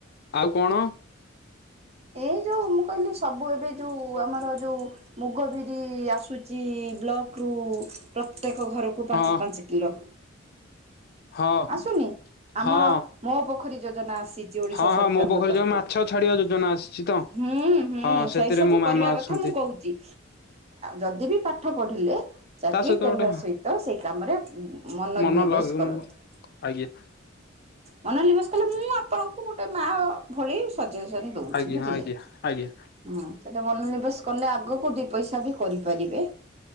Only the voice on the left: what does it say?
ଆଉ କଣ?
ହଁ
ହଁ
ହଁ।
ହଁ
ହଁ ମୋ ପୋଖରୀ
ଯୋଉ ମାଛ ଛାଡିବା ଯୋଜନା ଆସିଛି ତ
ହଁ ସେଥିରେ
ମୋ ମାମା
ଅଛନ୍ତି।
ତା ସହିତ
ଗୋଟେ
ମନ
ଲଗ
ଆଜ୍ଞା।
ଆଜ୍ଞା
ଆଜ୍ଞା ଆଜ୍ଞା।